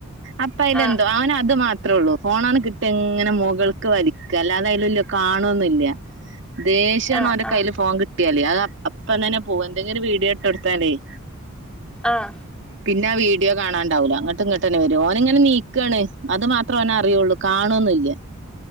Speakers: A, on the right (about 55°); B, in the centre.
A: അപ്പയ്ലെന്തോ
B: ആഹ്
A: അവനത് മാത്ര ത്രൊള്ളൂ, ഫോണണ് കിട്ട്യാ ഇങ്ങനെ മുകൾക്ക് വലിക്കാ. അല്ലാതെ അയ്ല് ല്യ കാണൊന്നൂല്യ. ദേഷ്യാണ്
B: ആഹ്
A: ഓന്റെ
B: ആഹ്
A: കയ്യില് ഫോൺ കിട്ടിയാല്. അത് അപ്പം തന്നെ പോകും. എന്തെങ്കിലും ഒരു വീഡിയോ ഇട്ടൊട്ത്താലേയ്.
B: ആഹ്.
A: പിന്നാ വീഡിയോ കാണാണ്ടാവൂല. ന്നട്ട് ഇങ്ങട്ടന്നെ വെരും. ഓനിങ്ങനെ നീക്കാണ്. അത് മാത്രോനറിയൊള്ളൂ. ക്കാണൊന്നുല്ല.